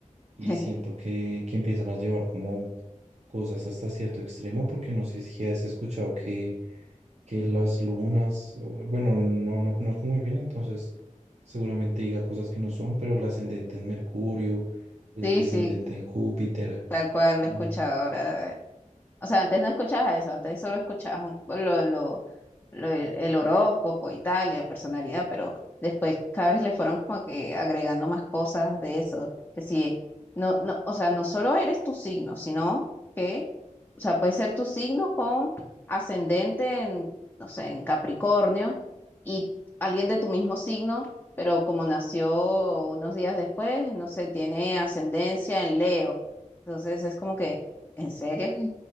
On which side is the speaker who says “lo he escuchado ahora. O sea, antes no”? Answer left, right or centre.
Left